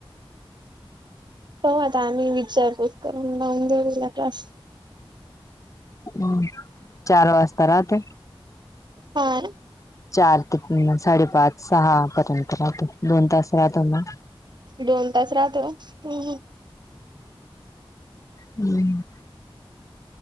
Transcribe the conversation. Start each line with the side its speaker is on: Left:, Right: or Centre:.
Right: हो आता आम्ही विचारपूत करून लाऊन देऊ हिला क्लास.
Left: हम्म चार वाजता राहते.
Right: हा.
Left: चार तिथनं साडेपाच सहा पर्यंत राहतं दोन तास राहतो ना.
Right: दोन तास राहते हम्म.
Left: हम्म